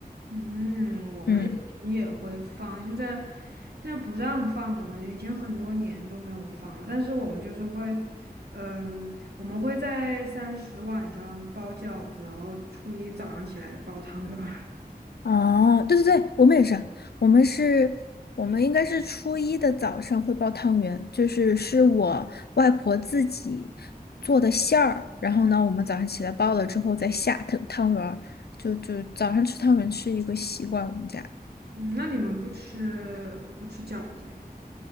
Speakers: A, on the right; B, on the left.
A: 嗯，我们以前也会放，
B: 嗯，
A: 现在现在不让放了嘛，已经很多年都没有放了。但是我们就是会，嗯，我们会在三十晚上包饺子，然后初一早上起来包汤圆儿。<laughs>
B: 哦，对对对，我们也是，我们是，我们应该是初一的早上会包汤圆，就是是我外婆自己做的馅儿，然后呢，我们早上起来包了之后再下汤汤圆儿，就就早上吃汤圆是一个习惯，我们家。
A: 嗯，那你们不吃不吃饺子呀？